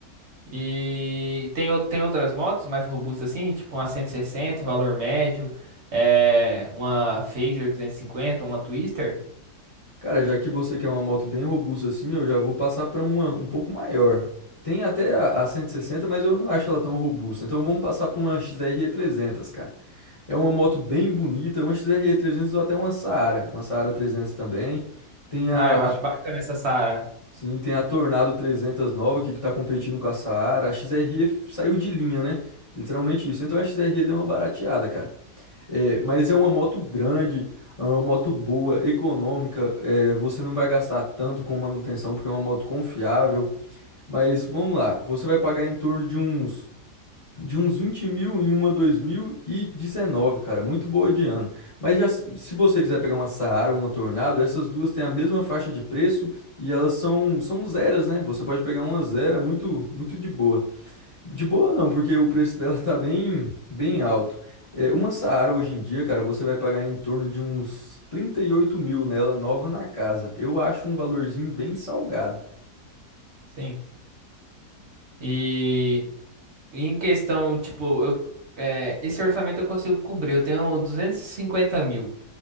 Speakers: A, on the right; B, on the left.
A: E tem, o- tem outras motos mais robustas assim, tipo uma 160 valor médio, é, uma Phaser 250 uma Twister.
B: Cara, já que você quer uma moto bem robusta assim, eu já vou passar para uma um pouco maior. Tem até a, a 160, mas eu não acho ela tão robusta. Então vamos passar para uma XR300, cara. É uma moto bem bonita, uma XR300 ou até uma Saara, uma Saara 300 também. Tem a,
A: Ah, eu
B: a-
A: acho bacana essa Sara.
B: sim, tem a Tornado 300 nova que está competindo com a Saara. A XRE saiu de linha, né? Literalmente isso. Então a XRE deu uma barateada, cara. É, mas é uma moto grande, é uma moto boa, econômica. é, você não vai gastar tanto com manutenção porque é uma moto confiável. Mas vamos lá, você vai pagar em torno de uns de uns 20 mil em uma 2019, cara, muito boa de ano. Mas já se se você quiser pegar uma Saara, uma Tornado, essas duas têm a mesma faixa de preço e elas são são zeras, né? Você pode pegar uma zera muito muito de boa. De boa não, porque o preço dela tá bem, bem alto. É, uma Saara hoje em dia, cara, você vai pagar em torno de uns 38 mil nela, nova na casa. Eu acho um valorzinho bem salgado.
A: Sim. E em questão, tipo, eu, é, esse orçamento eu consigo cobrir. Eu tenho 250 mil.